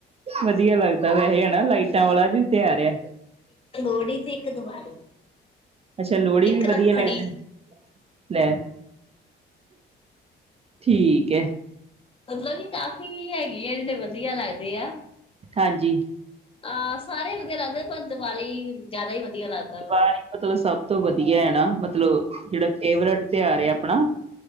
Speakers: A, on the right; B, on the left.
A: ਵਧੀਆ ਲੱਗਦਾ ਵੈਸੇ ਹਨਾ ਲਾਈਟਾਂ ਵਾਲਾ ਜੋ ਤਿਉਹਾਰ ਐ।
B: ਏਕ ਲੋੜੀ ਤੇ ਏਕ ਦੀਵਾਲੀ
A: ਅੱਛਾ, ਲੋੜੀ
B: ਇੱਕ
A: ਵੀ ਵਧੀਆ
B: ਰੱਖੜੀ
A: ਲੱਗਦੀ। ਲੈ, ਠੀਕ ਐ।
B: ਮਤਲਬ ਕੀ ਕਾਫ਼ੀ ਹੈਗੀ ਆ, ਜਿੜੇ ਵਧੀਆ ਲੱਗਦੇ ਆ।
A: ਹਾਂਜੀ।
B: ਅਹ ਸਾਰੇ ਈ ਵਧੀਆ ਲੱਗਦੇ, ਪਰ ਦੀਵਾਲੀ ਜਾਦਾ ਈ ਵਧੀਆ ਲੱਗਦਾ
A: ਦੀਵਾਲੀ
B: ਵਾ।
A: ਮਤਲਬ ਸਭ ਤੋਂ ਵਧੀਆ ਐ ਨਾ ਮਤਲਬ ਜੇੜਾ ਫੇਵਰੇਟ ਤਉਹਾਰ ਐ ਆਪਣਾ।